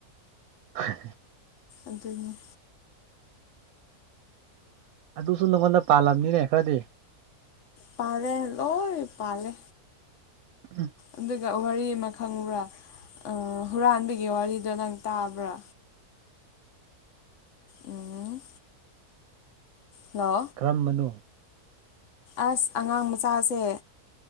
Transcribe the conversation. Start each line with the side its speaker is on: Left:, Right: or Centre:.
Right: <inaudible>
Left: ꯑꯗꯨꯅꯤ
Right: ꯑꯗꯨꯁꯨ ꯅꯪꯉꯣꯟꯗ ꯄꯥꯜꯂꯝꯅꯤꯅꯦ ꯈꯔꯗꯤ
Left: ꯄꯥꯂꯦ ꯂꯣꯏ ꯄꯥꯂꯦ
Right: ꯎꯝ
Left: ꯑꯗꯨꯒ ꯋꯥꯔꯤ ꯑꯃ ꯈꯪꯕ꯭ꯔꯥ ꯑꯥ ꯍꯨꯔꯥꯟꯕꯒꯤ ꯋꯥꯔꯤꯗꯣ ꯅꯪ ꯇꯥꯕ꯭ꯔꯥ ꯎꯝ ꯍꯜꯂꯣ
Right: ꯀꯔꯝꯕꯅꯣ
Left: ꯑꯁ ꯑꯉꯥꯡ ꯃꯆꯥꯁꯦ